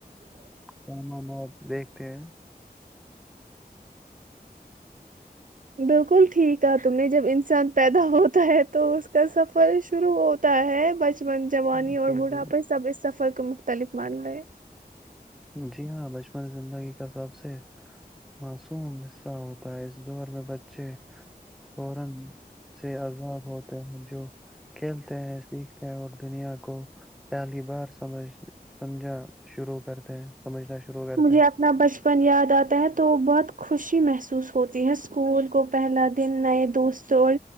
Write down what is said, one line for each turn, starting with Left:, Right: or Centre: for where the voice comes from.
Centre: سامانات دیکھتے ہیں۔
Right: بالکل ٹھیک ہے تم نے جب انسان پیدا ہوتا ہے تو اس کا سفر شروع ہوتا ہے بچ۔ جوانی
Centre: جی
Right: اور بوڑھاپے
Centre: جی
Right: سب اس سفر۔ کو مختلف ماننا ہے <inaudible>
Centre: جی ہاں بچ۔ اپنی زندگی کا سب۔ سے ب <inaudible> حصہ ہوتا ہے دور میں بچے فورا سے عذاب ہوتے ہیں جو <inaudible> کھیلتے ہیں س اور دنیا کو پہلی بار سمجھ سمجھا شروع کرتے ہیں سمجھنا شروع کرتے
Right: مجھے
Centre: ہیں
Right: اپنا بچپن یاد آتا ہوتا تو بہت خوشی محسوس ہوتی ہے اسکول کو پہلا دن نئے دوست اور